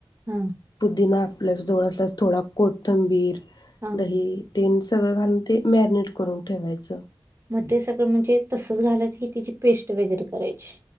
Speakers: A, on the right; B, on the left.
A: हां
B: पुदना आपल्या जवळ असल्यास थोडा कोथंबीर
A: हां
B: दही तेन सगळं घालून ते मॅरिनेट करून ठेवायचं.
A: ग ते सगळ म्हणजे तसच घालायच की त्याची पेस्ट वगैरे करायची.